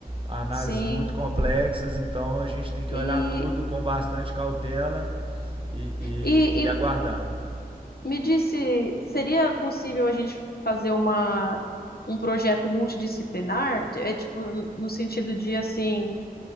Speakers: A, on the right (about 30°); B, on the left (about 70°).
A: análises
B: Sim.
A: muito complexas, então a gente tem que
B: E,
A: olhar tudo com bastante cautela e,
B: e,
A: e, e aguardar.
B: Me disse, seria possível a gente fazer uma, um projeto multidisciplinar? É tipo, no sentido de assim.